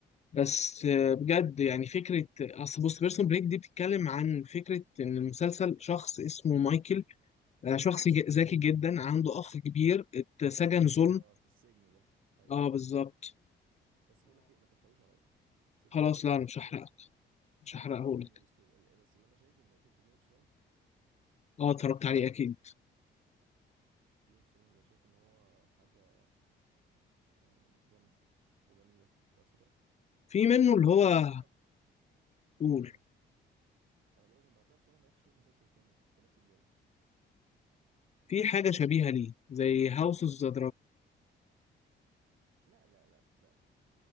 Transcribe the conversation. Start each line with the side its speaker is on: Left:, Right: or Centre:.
Left: بس آه، بجد يعني فكرة أصل بص بيرسون بريك دي بتتكلم عن فكرة إن المسلسل شخص اسمه مايكل آه، شخص ج- ذكي جدا عنده أخ كبير اتسجن
Right: اللي
Left: ظلم
Right: هو في السجن ده ايوه
Left: اه بالظبط
Right: بس بقول لك ايه ما تحرقوش عليا سيب
Left: فخلاص
Right: سيبني اعمل
Left: لا أنا مش
Right: ستوري
Left: هحرقه
Right: اشوف
Left: مش هحرقهولك
Right: سيبني الستوري بس اللي انا شايف اللي شفت جيم اوف ثرونز
Left: اه اتفرجت عليه أكيد
Right: جيم اوف ثرونز انا شايف ان هو حاجة يعني جامدة وجميلة في نفس الوقت
Left: في
Right: ومن
Left: منه
Right: بعدها
Left: اللي هو
Right: بصراحة
Left: قول
Right: امم انا بقول لك من بعدها بصراحة ما عرفتش اشوف مسلسل تاني بنفس الجودة
Left: في حاجة شبيهة ليه زي هاوس اوف
Right: زي
Left: ذا
Right: ايه لا لا لا لا